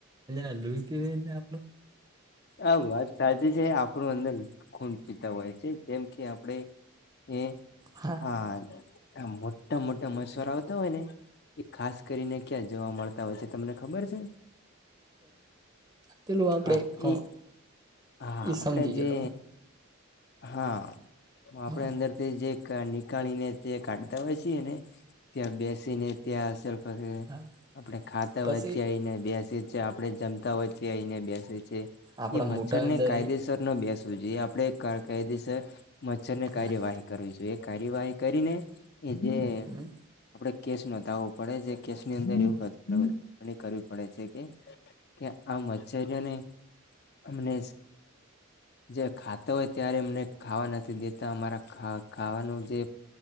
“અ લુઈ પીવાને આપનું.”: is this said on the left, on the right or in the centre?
Right